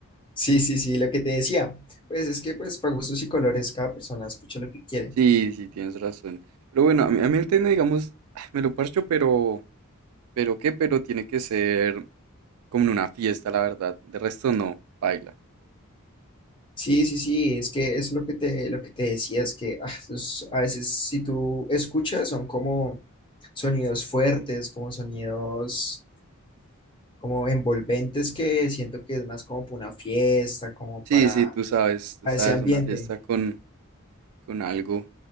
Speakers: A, on the left; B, on the right.
A: Sí, sí, sí, lo que te decía, pues es que pues para gustos y colores cada persona escucha lo que quiere.
B: Sí, sí, tienes razón. Pero bueno, a mí, a mí el tecno, digamos, ah, me lo parcho, pero, pero qué, pero tiene que ser como en una fiesta, la verdad. De resto no, baila.
A: Sí, sí, sí, es que es lo que te, lo que te decía, es que ah, es- a veces si tú escuchas son como sonidos fuertes, como sonidos como envolventes que siento que es más como para una fiesta, como
B: Sí,
A: para,
B: sí, tú sabes, tú
A: para
B: sabes,
A: ese ambiente.
B: una fiesta con, con algo.